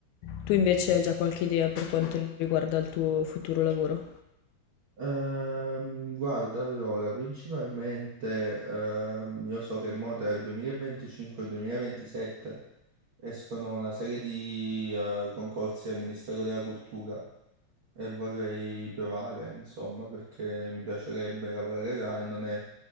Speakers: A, on the left; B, on the right.
A: Tu invece hai già qualche idea per quanto riguarda il tuo futuro lavoro?
B: Ehm, guarda, allora, principalmente ehm, io so che mo tra il 2025 e il 2027 escono una serie di eh, concorsi al Ministero della Cultura e vorrei provare, insomma, perché mi piacerebbe lavorare là e non è